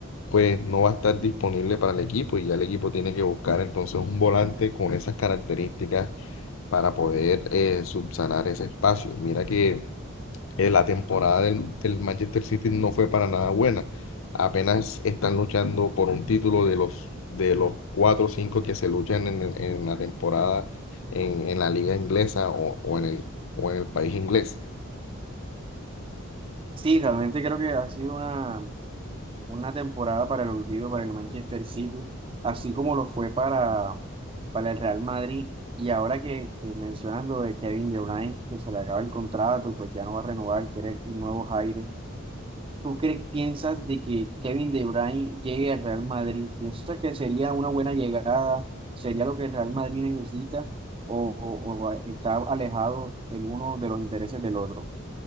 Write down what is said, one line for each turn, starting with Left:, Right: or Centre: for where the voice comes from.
Left: pues no va a estar disponible para el equipo y ya el equipo tiene que buscar entonces un volante con esas características para poder eh, subsanar ese espacio. Mira que eh, la temporada del, del Manchester City no fue para nada buena. Apenas están luchando por un título de los, de los cuatro o cinco que se luchan en, en- en la temporada en, en la liga inglesa o, o en el, o en el país inglés.
Right: Sí, realmente creo que ha sido una una temporada para el olvido para el Manchester City, así como lo fue para, para el Real Madrid. Y ahora que, que mencionas lo de Kevin De Bruyne, que se le acaba el contrato y pues ya no va a renovar, quiere nuevos aires. ¿Tú crees, piensas de que Kevin De Bruyne llegue al Real Madrid? ¿Piensas que sería una buena llegada? ¿Sería lo que el Real Madrid necesita? ¿O, o- o está alejado el uno de los intereses del otro?